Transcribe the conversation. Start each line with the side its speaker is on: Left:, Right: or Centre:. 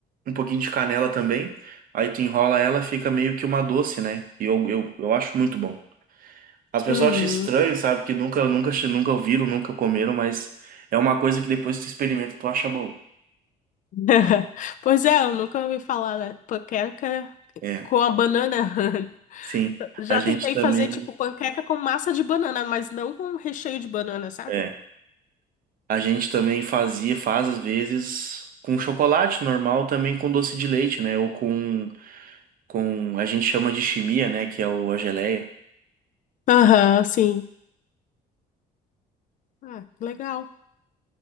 Right: um pouquinho de canela também. Aí tu enrola ela, fica meio que uma doce, né? E eu, eu, eu acho muito bom. As pessoas
Left: Hum.
Right: acham estranho, sabe? Que nunca, nunca, nunca ouviram, nunca comeram, mas é uma coisa que depois que tu experimenta, tu acha bom.
Left: <laughs> Pois é, eu nunca ouvi falar da panqueca
Right: É,
Left: com a banana. <laughs>
Right: sim.
Left: Já
Right: A gente
Left: tentei
Right: também,
Left: fazer, tipo, panqueca com massa de banana, mas não com recheio de banana, sabe?
Right: é, a gente também fazia, faz às vezes com chocolate normal, também com doce de leite, né? Ou com, com, a gente chama de chimia, né? Que é o, a geleia.
Left: Aham, sim. Ah, que legal.